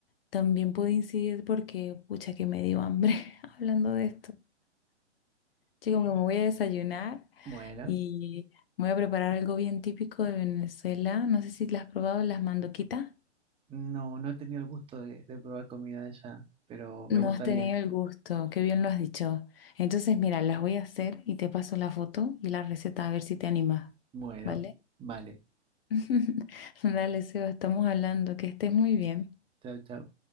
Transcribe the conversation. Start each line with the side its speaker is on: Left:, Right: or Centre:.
Left: también puede incidir porque, pucha, que me dio hambre <laughs> hablando de esto. Yo como que me voy a desayunar.
Right: Bueno,
Left: Y me voy a preparar algo bien típico de Venezuela. No sé si las has probado las mandoquitas.
Right: no, no he tenido el gusto de, de probar comida de allá, pero me
Left: No
Right: gustaría.
Left: has tenido el gusto, qué bien lo has dicho. Entonces, mira, las voy a hacer y te paso la foto y la receta a ver si te animas,
Right: Bueno,
Left: ¿vale?
Right: vale.
Left: <laughs> Dale, Seba, estamos hablando, que estés muy bien.
Right: Chao, chao.